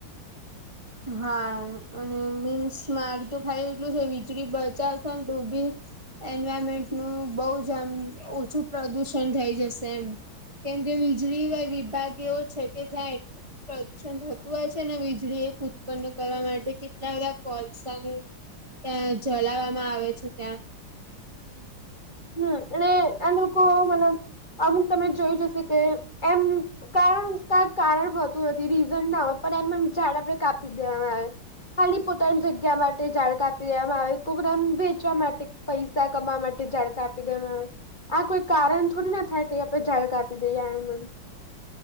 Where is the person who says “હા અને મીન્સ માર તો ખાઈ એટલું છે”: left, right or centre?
Right